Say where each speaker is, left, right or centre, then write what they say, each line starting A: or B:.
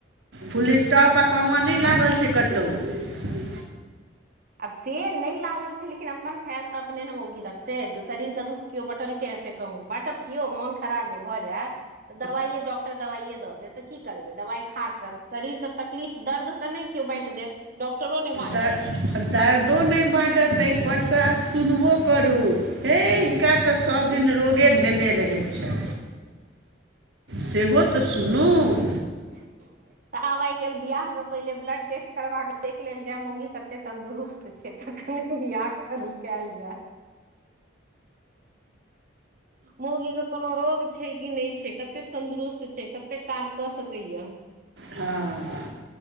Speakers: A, on the right; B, on the right.
A: फूले स्टॉप आ कम नहि लागल छैय कतहु।
B: आब से नहि लागल छैय लेकिन अपन खायल तऽ अपने ने मौगी रखतै तऽ शरीर के दुःख केओ बटलकै? से कह बाँटत केो मोन खराब जे भऽ जायत दवाइे डॉक्टर दवाइे द देत त की करबै? दबाइ खा कऽ शरीरके तकलीफ दर्द तऽ नहि केओ बाँटि देत डॉक्टरो नहि बाँटत।
A: दर दर्दो नहि बाँटत ताहि परसँ सुनबो करू हे हिनका तऽ सभदिन रोगे धेने रहै छन सेहो तऽ सुनू
B: <inaudible> तऽ आब आइ काल्हि बियाह सँ पहिले ब्लड टेस्ट करबा कऽ देख लेल जाय मौगी कते तंन्दुरुस्त छै तखन बियाह कैल जाय मौगी केँ कोनो रोग छै की नहि छै कते तन्दुरुस्त छै कते काज कऽ सकैय क <inaudible>
A: हँ